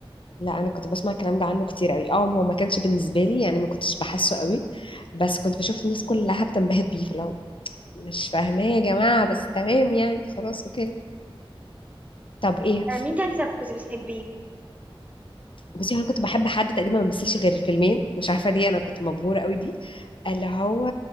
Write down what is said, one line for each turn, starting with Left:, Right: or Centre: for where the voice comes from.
Left: لا انا كنت بسمع الكلام ده عنه كتير قوي اه هو ما كانش بالنسبه لي يعني ما كنتش بحسه قوي بس كنت بشوف الناس كلها بتنبهر بيه فلو مش فاهماه يا جماعه بس تمام يعني خلاص اوكي طب ايه
Right: آه، مين تاني طب كنت بتحبيه؟
Left: بصي هو انا كنت بحب حد تقريبا ما مثلش غير فيلمين مش عارفه ليه انا كنت مبهوره قوي بيه اللي هو